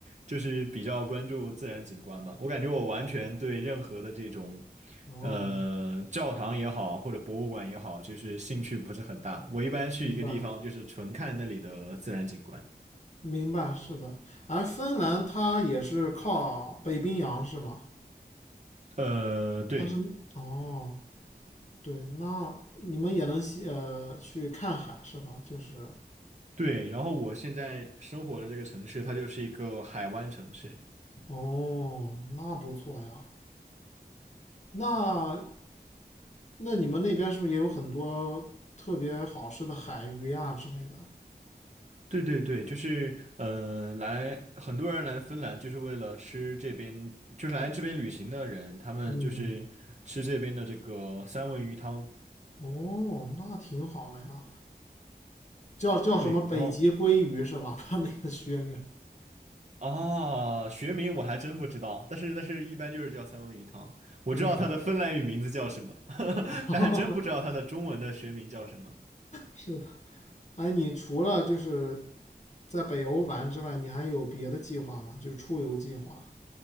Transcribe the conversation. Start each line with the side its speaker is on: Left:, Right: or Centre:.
Right: 就是比较关注自然景观吧，我感觉我完全对任何的这种
Left: 哦。
Right: 呃教堂也好或者博物馆也好，就是兴趣不是很大，我一般去一个地方就是纯看那里的自然景观。
Left: 明白，明白，是的。而芬兰它也是靠北冰洋是吗？
Right: 呃，对
Left: 它是，哦，对，那你们也能西呃去看海是吧？就是，
Right: 对，然后我现在生活的这个城市，它就是一个海湾城市，
Left: 哦，那不错呀。那那你们那边是不是也有很多特别好吃的海鱼呀之类的？
Right: 对对对，就是呃，来很多人来芬兰就是为了吃这边，就是来这边旅行的人，他们就是吃这边的这个三文鱼汤。
Left: 嗯，哦，那挺好的呀。叫叫什么北极鲑鱼是吧？
Right: 对，然后
Left: <laughs> 它那个学名。
Right: 啊，学名我还真不知道，但是但是一般就是叫三文鱼汤。我知道它的芬兰语名字叫什么，
Left: 嗯，
Right: <laughs>
Left: <laughs>
Right: 但还真不知道它的中文的学名叫什么。
Left: 是的。哎，你除了就是在北欧玩之外，你还有别的计划吗？就是出游计划。